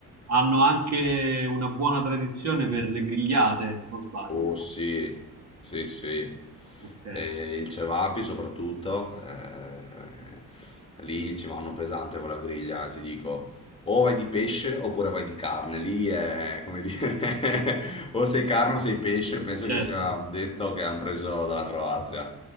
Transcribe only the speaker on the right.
hanno anche una buona tradizione per le grigliate, o sbaglio.
Ok.
Certo.